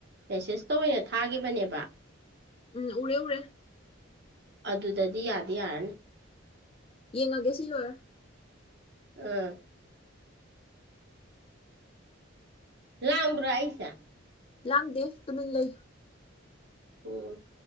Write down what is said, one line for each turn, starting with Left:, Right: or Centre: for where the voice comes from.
Right: ꯃꯦꯁꯦꯁꯇ ꯑꯣꯏꯅ ꯊꯥꯒꯤꯈꯤꯕꯅꯦꯕ
Left: ꯎꯝ ꯎꯔꯦ ꯎꯔꯦ
Right: ꯑꯗꯨꯗꯗꯤ ꯌꯥꯗꯤ ꯌꯥꯔꯅꯤ
Left: ꯌꯦꯡꯉꯒꯦ ꯁꯤ ꯂꯣꯏꯔ
Right: ꯑꯥ ꯂꯥꯡꯕ꯭ꯔꯥ ꯑꯩꯁꯦ
Left: ꯂꯥꯡꯗꯦ ꯇꯨꯃꯤꯟ ꯂꯩ
Right: ꯎꯝ